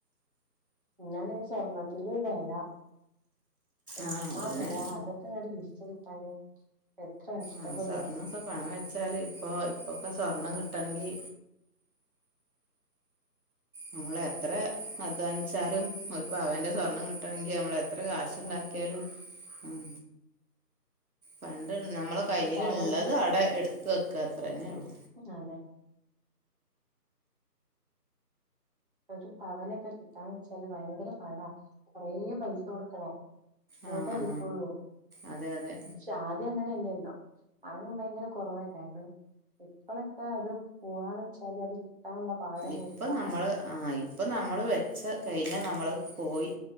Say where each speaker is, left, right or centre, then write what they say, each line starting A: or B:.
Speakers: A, on the right (about 35°); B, on the right (about 60°).
A: പിന്നാണ് സ്വർണത്തിന്റെ ഒരു വില എമ്മ
B: ആഹ് അതന്നെ
A: വില അതൊക്കെ <unintelligible> എത്ര കഷ്ടപ്പെടണം
B: ആഹ് സ്വർണ്ണൊക്കെ പണം വെച്ചാല് ഇപ്പൊ ഇപ്പൊക്കെ സ്വർണം കിട്ടണങ്കി നമ്മള എത്ര അധ്വാനിച്ചാലും ഒരു പവൻ്റെ സ്വർണം കിട്ടണെങ്കിൽ നമ്മൾെത്ര എത്ര കാശ ഉണ്ടാക്കിയാലും
A: ആഹ്
B: ഉം പണ്ട് നമ്മള കയ്യിലുള്ളത്
A: ഒരു പവൻ
B: അവിടെ എടുത്ത് വയ്ക്കുക അത്ര തന്നെ ഉള്ളൂ
A: അതെന്ന് ഒരു പവനൊക്കെ കിട്ടാന്ന് വെച്ചാല് ഭയങ്കര പാടാ കൊറെ പൈസ കൊടുക്കണം അങ്ങട്ടേ
B: ആ ആ
A: കിട്ടുള്ളൂ
B: അതെ അതെ
A: ശ ഇത് അങ്ങനെയല്ലല്ലോ ആരുണ്ടാക്കില്ല കുറവല്ല എപ്പഴൊക്കെ അത് പോവാന്ന് ഒക്കെ <inaudible> അത് <inaudible>
B: ഇപ്പം
A: വെച്ചാ
B: നമ്മൾ ആഹ് ഇപ്പം നമ്മൾ വെച്ച കഴിഞ്ഞാൽ നമ്മൾ പോയി